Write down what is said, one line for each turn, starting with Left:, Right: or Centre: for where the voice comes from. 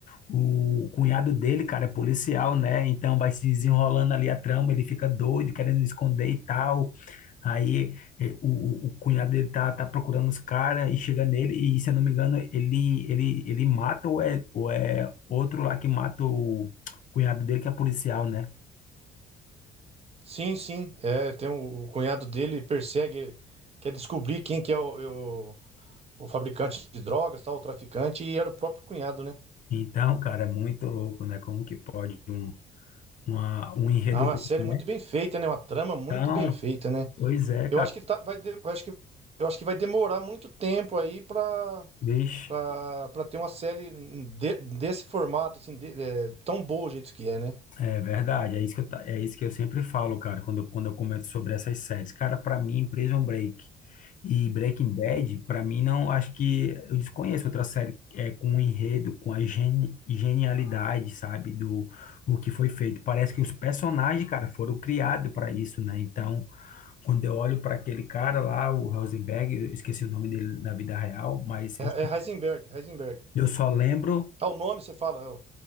Left: o cunhado dele, cara, é policial, né? Então, vai se desenrolando ali a trama, ele fica doido, querendo esconder e tal. Aí, eh, o, o o cunhado dele tá, tá procurando os caras e chega nele e, se eu não me engano, ele, ele, ele mata ou é, ou é outro lá que mata o cunhado dele, que é policial, né?
Right: Sim, sim. É, tem um- o cunhado dele persegue, quer descobrir quem que é o- o fabricante de drogas, tal, o traficante, e era o próprio cunhado, né?
Left: Então, cara, é muito louco, né? Como que pode um, uma, um enredo
Right: Não, é uma
Left: desse,
Right: série
Left: né?
Right: muito bem feita, né? Uma trama muito
Left: Então,
Right: bem feita, né?
Left: pois é, cara,
Right: Eu acho que tá, vai, de- eu acho que, eu acho que vai demorar muito tempo aí pra,
Left: bicho,
Right: pra, pra ter uma série de- desse formato, assim, de- é, tão boa o jeito que é, né?
Left: é verdade, é isso que eu, ta- é isso que eu sempre falo, cara, quando eu, quando eu comento sobre essas séries. Cara, pra mim, Prison Break e Breaking Bad, pra mim, não, acho que eu desconheço outra série é, com o enredo, com a geni- genialidade, sabe, do o que foi feito. Parece que os personagens, cara, foram criados pra isso, né? Então, quando eu olho pra aquele cara lá, o Rosenberg, eu esqueci o nome dele na vida real, mas
Right: É,
Left: eu,
Right: é Heisenberg, Heisenberg.
Left: eu só lembro.
Right: Ah, o nome você fala. ó,